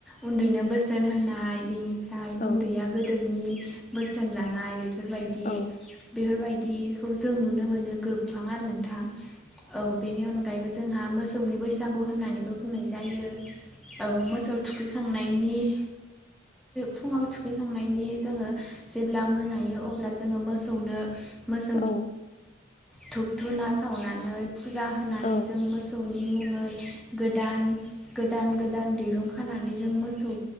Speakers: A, in the centre; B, on the left.
A: उन्दैनो बोसोन होनाय बेनि ओमफ्राय
B: औ
A: उन्दैया गोदोनि बोसोन लानाय बेफोरबायदि
B: औ
A: बेफोरबायदि खौ जों नुनो मोनो गोबां आरो नोंथां औ बेनि अनगायैबो जों। जोंहा मोसौनि बैसागु होननानैबो बुंनाय जायो औ मोसौ थुखै बिनि फुंआव थुखैखांनायनि जेब्ला <unintelligible> ओ अब्ला जोङो मोसौनो
B: औ।
A: धुपधुना सावनानै फुजा होनानै
B: औ
A: जों मोसौनि मुङै। गोदान गोदान गोद गोदान दिरुं खानानै जों मोसौ